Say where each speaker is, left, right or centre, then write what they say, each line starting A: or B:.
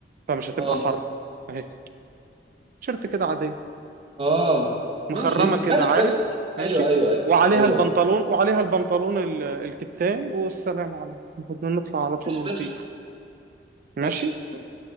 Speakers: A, on the right; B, on the right.
A: فمش هتبقى
B: اه
A: حر اهي تيشيرت كده عاديه
B: آه.
A: مخرمه
B: ماشي
A: كده
B: ماشي
A: عارف
B: ماشي
A: ماشي
B: ايوه ايوه ايوه
A: وعليها
B: ايوه
A: البنطلون وعليها البنطلون ال- الكتان والسلام عليكم بدنا نطلع على طول
B: ماشي
A: ونطير
B: ماشي ماشي
A: ماشي
B: ماشي.